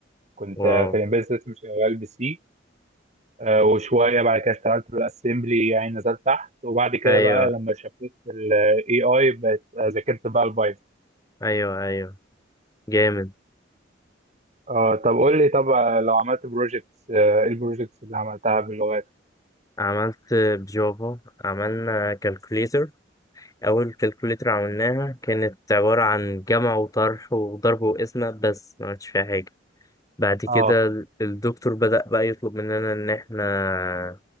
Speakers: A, on the right; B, on the left.
A: كنت
B: واو
A: آه، في الامبيدد سيستم شغال بسي آه، وشوية بعد كده اشتغلت بالاسمبلي يعني نزلت تحت وبعد كده
B: أيوه
A: بقى لما شفت الاي اي بقت آه، ذاكرت بقى البايثون
B: أيوه أيوه جامد
A: آه طب قول لي طب آه، لو عملت بروجكتس آه، ايه البروجكتس اللي عملتها باللغات
B: عملت بجافا عملنا كالكوليتر أول كالكوليتر عملناها كانت عبارة عن جمع وطرح وضرب وقسمة بس ما عملتش فيها حاجة بعد كده
A: اه
B: ال- الدكتور بدأ بقى يطلب مننا إن إحنا